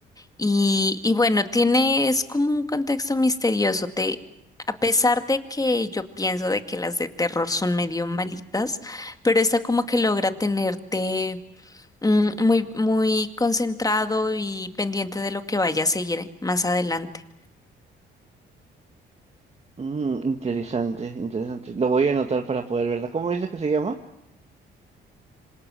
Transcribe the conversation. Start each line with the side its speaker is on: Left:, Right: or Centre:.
Left: Y, y bueno, tiene, es como un contexto misterioso. Te, a pesar de que yo pienso de que las de terror son medio malitas, pero esta como que logra tenerte mm, muy, muy concentrado y pendiente de lo que vaya a seguir más adelante.
Right: Mm, interesante, interesante. Lo voy a anotar para poder verla. ¿Cómo dices que se llama?